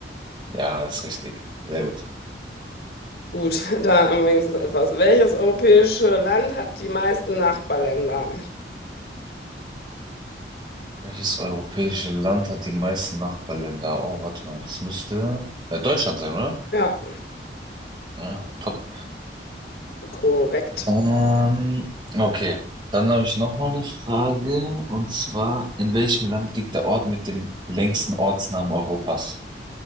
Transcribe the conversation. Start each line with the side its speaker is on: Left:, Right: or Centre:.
Right: Ja, das ist richtig. Sehr gut.
Left: Gut, <laughs> da am wenigsten etwas. Welches europäische Land hat die meisten Nachbarländer?
Right: Welches europäische Land hat die meisten Nachbarländer? Oh, warte mal, das müsste äh, Deutschland sein, oder?
Left: Ja,
Right: Ja, top.
Left: korrekt.
Right: Ähm, okay, dann habe ich noch mal eine Frage und zwar, in welchem Land liegt der Ort mit dem längsten Ortsnamen Europas?